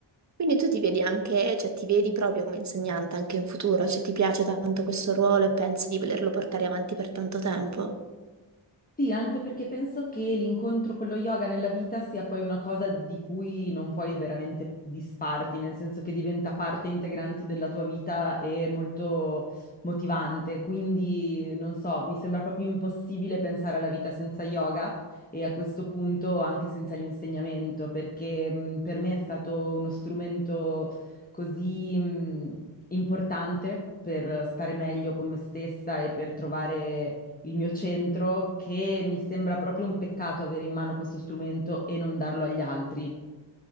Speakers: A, on the right (about 35°); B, on the left (about 20°).
A: Quindi tu ti vedi anche, cioè ti vedi proprio come insegnante anche in futuro, cioè ti piace tanto questo ruolo e pensi di volerlo portare avanti per tanto tempo?
B: Sì, anche perché penso che l'incontro con lo yoga nella vita sia poi una cosa di cui non puoi veramente disfarti, nel senso che diventa parte integrante della tua vita e molto motivante. Quindi, non so, mi sembra proprio impossibile pensare alla vita senza yoga e a questo punto anche senza l'insegnamento, perché mh, per me è stato uno strumento così mh, importante per stare meglio con me stessa e per trovare il mio centro, che mi sembra proprio un peccato avere in mano questo strumento e non darlo agli altri.